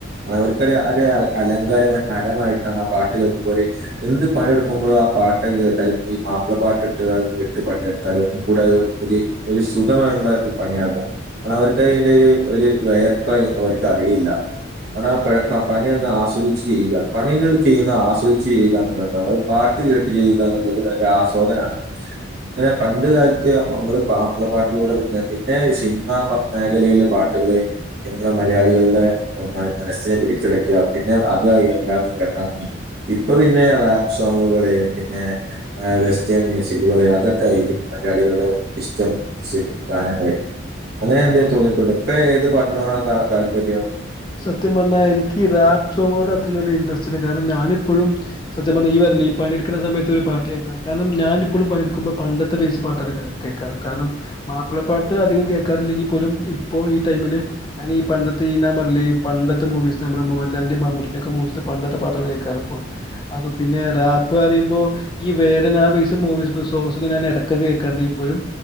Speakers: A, on the right; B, on the left.
A: അവർക്കൊരു അലങ്കാരം ഹരമായിട്ടാണ് ആ പാട്ട് കേൾക്കുമ്പോ ഒരു എന്ത് പണിയെടുക്കുമ്പോഴും ആ പാട്ട് കേട്ടാ ഈ മാപ്പിള പാട്ട് ഇട്ടുക കേ ട്ട് പണിയെടുത്താലും ഒന്നു കൂട ഒരു ഒരു സുഖമുള്ള ഒരു പണിയാകും കാരണം അവർക്ക് അയിന് ഒരു ഒരു വിയർപ്പ് അവർക്ക് അറിയില്ല അണ പണിന്ന് ആസ്വദിച്ച് ചെയ്യുക പണികൾ ചെയ്യുന്ന ആസ്വദിച്ച് ചെയ്യുക എന്നണ്ട ഒരു പാട്ട് കേട്ട് ചെയ്യുക എന്നുള്ളത് ഒരു ആസ്വാദനാണ് അങ്ങനെ പണ്ട് കാലത്ത് നമ്മള് മാപ്പിള പാട്ടിലൂടെ പിന്നെ പിന്നെ സിനിമ മേഖലെലെ പാട്ടുകള് നമ്മളെ മലയാളികളുടെ മനസ്സിനെ പിടിച്ചടക്കിയ പിന്നെ അതായി എല്ലാവരും കേക്കാൻ തുടങ്ങി ഇപ്പൊ പിന്നെ റാപ്പ് സോങ്ങുകള് പിന്നെ വെസ്റ്റേൺ മ്യൂസിക്കുകള് അതൊ ക്കെയായി പിന്നെ മലയാളികളുടെ ഇഷ്ടം മ്യൂസിക് ഗാനങ്ങളായി അങ്ങനെ എന്തേലും തോന്നിട്ടുണ്ടോ ഇപ്പൊ ഏത് പാട്ടിനോടാണ് ത താല്പര്യം
B: സത്യം പറഞ്ഞൽ എനിക്ക് റപ്പ് സോങ്ങിനോട്‌ അത്ര വലിയ ഇൻട്രസ്റ്റ് ഇല്ല കാരണം ഞാനിപ്പോഴും സത്യം പറഞ്ഞ ഈ പണിടുക്കുന്ന സമയത്ത് ഒരു പാട്ട് കേൾക്ക കാരണം ഞാനിപ്പോഴും പണിയെടുക്കുമോ പണ്ടത്തെ ബേസ് പാട്ട കേൾക്കാറ് കാരണം മാപ്പിളപ്പാട്ട് അധികം കേൾക്കാറില്ലെങ്കിൽ പോലും ഇപ്പോ ഈ ടൈമില് ഞാൻ ഈ പണ്ടത്തെ ഈ പണ്ടത്തെ മൂവീസ് നമ്മള് മോഹൻലാലിന്റെ മമ്മൂട്ടിലക്കെ മൂവിീസ് പണ്ടത്തെ പാട്ടുകൾ കേൾക്കാറ ഇപ്പോൾ അത് പിന്നെ റാപ്പ് പറയുമ്പോ ഈ വേടൻ ആ പൈസ് മൂവി സോങ്‌സ് ഒക്കെ ഞാൻ ഇടക്ക കേൾക്കാർണ്ട് ഇപ്പളും